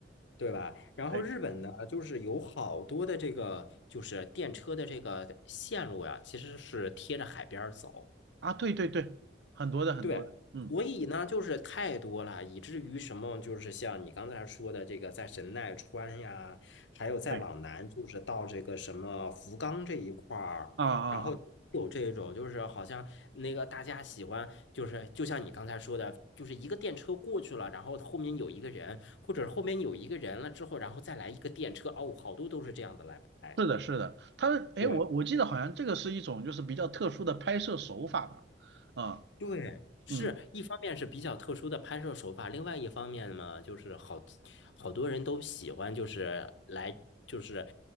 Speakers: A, on the left; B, on the right.
A: 对吧？然后日本呢，
B: 对
A: 就是有好多的这个就是电车的这个线路呀，其实是贴着海边儿走。
B: 啊，对对对，很多的很多的，
A: 对，
B: 嗯，
A: 所以呢，就是太多了，以至于什么，就是像你刚才说的这个，在神奈川呀，还有再往南，
B: 对
A: 就是到这个什么福冈这一块儿，
B: 啊啊啊，
A: 然后有这种，就是好像那个大家喜欢，就是就像你刚才说的，就是一个电车过去了，然后后面有一个人，或者后面有一个人了之后，然后再来一个电车，哦，好多都是这样的来拍。
B: 是的，是的。他们哎，
A: 对。
B: 我我记得好像这个是一种就是比较特殊的拍摄手法吧？啊，
A: 对，是一方面是比较特殊的拍摄手法，
B: 嗯
A: 另外一方面嘛，就是好好多人都喜欢，就是来就是